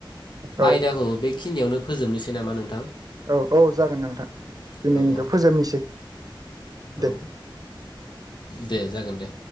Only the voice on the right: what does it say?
औ
औ औ जागोन नोंथां दिनैनिखौ
फोजोबनिसै
दे